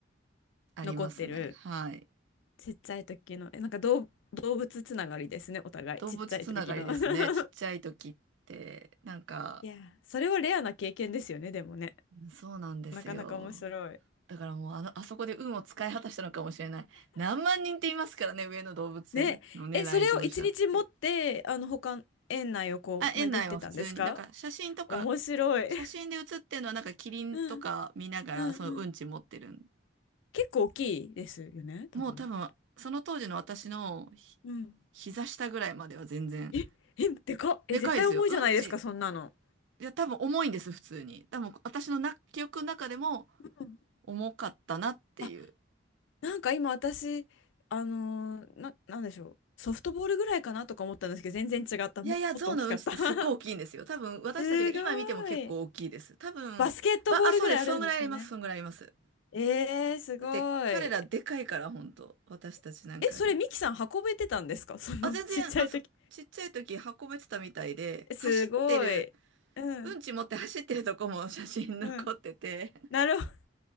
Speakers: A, on the right; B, on the left.
A: ありますね。
B: 残ってる。
A: はい。
B: ちっちゃい時の。え、なんか動動物つながりですね、お互い。
A: 動物つながりですね。
B: ちっちゃい時の。<laughs>
A: ちっちゃい時って、なんか、
B: いやそれはレアな経験ですよね、でもね。
A: そうなんですよ。
B: なかなか面白い。
A: だからもうあの、あそこで運を使い果たしたのかもしれない。何万人っていますからね、上野動物園のね、
B: ねえ、
A: 来場者って。
B: それを一日持って、あの、他、園内をこう、
A: あ、園内は普通に。
B: 巡ってたんですか
A: だから写真とか、
B: 面白い。
A: 写真で写ってるのはなんかキリンとか見ながらそのうんち持ってるん。
B: <laughs> うんうんうん。結構大きいですよね、多分。
A: もう多分、その当時の私のひ
B: うん。
A: 膝下ぐらいまでは全然。
B: え、え、でかっ。え、
A: でかいですよ。
B: 絶対重いじゃないですか、
A: うんち、
B: そんなの。
A: いや多分重いんです、普通に。多分私のな記憶の中でも
B: うん
A: 重かったなっていう。
B: あ、なんか今私、あのーな、なんでしょう。ソフトボールぐらいかなとか思ったんですけど、全然違った。
A: いやいや、
B: も、もっと大きかった。
A: 象のうんちってすっごい大きいんですよ。
B: <laughs>
A: 多分私たちが今見ても結構大きいです。
B: すごい。
A: 多分、
B: バスケットボールぐらいあるんですかね。
A: ば、あ、そうです。そんぐらいあります。そんぐらいあります。
B: えー、すごい。
A: だって彼らでかいから、本当私たちなんかよりも。
B: え、それミキさん運べてたんですか <laughs> そのちっちゃい時。
A: あ、全然、あ、そ、ちっちゃい時運べてたみたいで、
B: すごい。
A: 走ってる、
B: うん。
A: うんち持って走ってるとこも写真残ってて、
B: うん。なるほど。